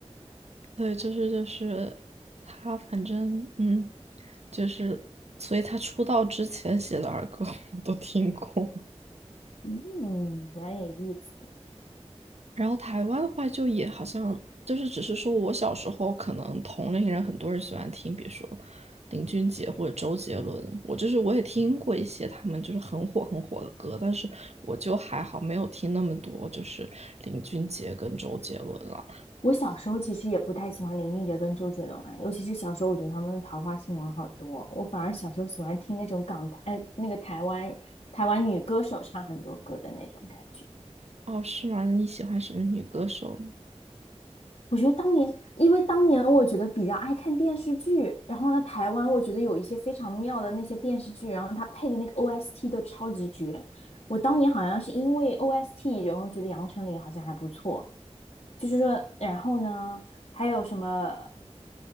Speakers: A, on the right; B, on the left.
A: <laughs> 对，就是就是他，反正嗯，就是所以他出道之前写的儿歌 <laughs> 我都听过。
B: 嗯，蛮有意思。
A: 然后台湾的话，就也好像就是只是说我小时候可能同龄人很多人喜欢听，比如说林俊杰或者周杰伦，我就是我也听过一些他们就是很火很火的歌，但是我就还好没有听那么多，就是林俊杰跟周杰伦了。
B: 我小时候其实也不太喜欢林俊杰跟周杰伦啊，尤其是小时候，我觉得他们的桃花新闻好多。我反而小时候喜欢听那种港台，呃那个台湾台湾女歌手唱很多歌的那种感觉。
A: 哦，是吗？那你喜欢什么女歌手呢？
B: 我觉得当年，因为当年我觉得比较爱看电视剧，然后呢，台湾我觉得有一些非常妙的那些电视剧，然后它配的那个 OST 都超级绝。我当年好像是因为 OST，然后觉得杨丞琳好像还不错，就是说，然后呢，还有什么？